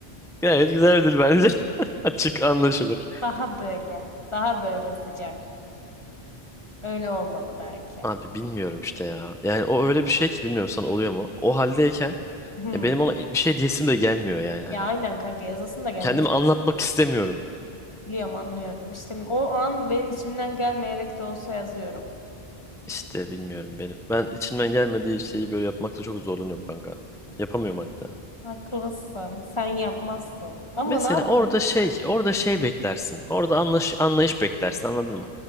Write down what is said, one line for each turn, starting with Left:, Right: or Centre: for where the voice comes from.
Centre: Gayet güzel bir dil bence. <laughs> Açık anlaşılır.
Left: daha böyle, daha böyle sıcak. Öyle olmalı belki.
Centre: Abi bilmiyorum işte ya. Yani o öyle bir şey ki bilmiyorum sana oluyor mu? O haldeyken
Left: Hmm.
Centre: ya benim ona bir şey diyesim de gelmiyor yani hani.
Left: Ya aynen kanka yazasın da gelmiş.
Centre: Kendimi anlatmak istemiyorum.
Left: Biliyorum anlıyorum. İşte o an benim içimden gelmeyerek de olsa yazıyorum.
Centre: İşte bilmiyorum benim. Ben içimden gelmediği şeyi böyle yapmakta çok zorlanıyorum kanka. Yapamıyorum hatta.
Left: Haklısın. Sen yapmazsın. Ama
Centre: Mesela
Left: ne yapayım?
Centre: orada şey, orada şey beklersin. Orada anlaş, anlayış beklersin, anladın mı?